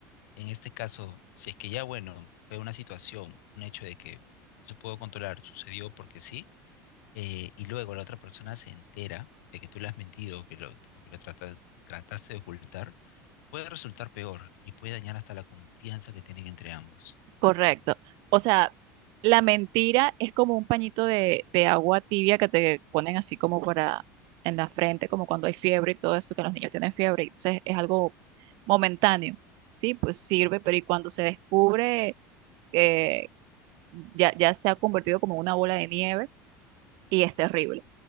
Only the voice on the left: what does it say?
en este caso, si es que ya, bueno, fue una situación, un hecho de que se pudo controlar, sucedió porque sí, eh, y luego la otra persona se entera de que tú le has mentido o que lo, o que lo tratas- trataste de ocultar, puede resultar peor y puede dañar hasta la confianza que tienen entre ambos.